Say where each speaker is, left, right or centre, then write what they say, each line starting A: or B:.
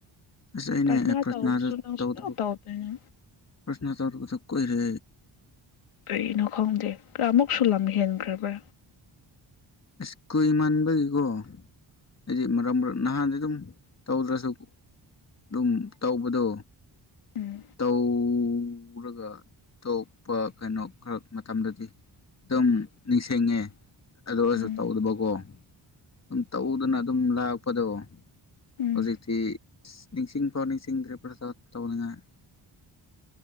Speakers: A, on the left; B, on the left.
A: ꯑꯁ ꯑꯩꯅꯦ
B: ꯄꯇꯅꯥ
A: ꯄ꯭ꯔꯊꯅꯥꯗ
B: ꯇꯧ ꯁ ꯅ
A: ꯇꯧꯗꯕ
B: ꯁ ꯇꯧ ꯇꯥꯎꯅ
A: ꯄ꯭ꯔꯊꯅꯥ ꯇꯧꯗꯕꯗꯣ ꯀꯨꯏꯔꯦ
B: ꯀꯔꯤꯅ ꯈꯣꯡꯗꯦ ꯀꯃꯨꯛ ꯁꯂꯝꯃꯤ ꯍ ꯈꯈ꯭ꯔꯕ
A: ꯑꯁ ꯀꯨꯏ ꯃꯟꯕꯒꯤꯀꯣ ꯍꯥꯏꯗꯤ ꯅꯍꯥꯟꯗꯤ ꯑꯗꯨꯝ ꯇꯧꯗ꯭ꯔꯁꯨ ꯑꯗꯨꯝ ꯇꯧꯕꯗꯣ
B: ꯎꯝ
A: ꯇꯔꯒ ꯇꯄ ꯀꯩꯅꯣ ꯈꯔ ꯃꯇꯝꯗꯗꯤ ꯑꯗꯨꯝ ꯅꯤꯡꯁꯤꯡꯉꯦ ꯑꯗꯨ ꯑꯣꯏꯔꯁꯨ
B: ꯎꯝ
A: ꯇꯧꯗꯕꯀꯣ ꯑꯗꯨꯝ ꯇꯧꯗꯅ ꯑꯗꯨꯝ ꯂꯥꯛꯄꯗꯣ
B: ꯎꯝ
A: ꯍꯧꯖꯤꯛꯇꯤ ꯅꯤꯡꯁꯤꯡꯐꯥꯎ ꯅꯤꯡꯁꯤꯡꯗ꯭ꯔꯦ ꯄ꯭ꯔ ꯇꯧꯅꯤꯉꯥꯏ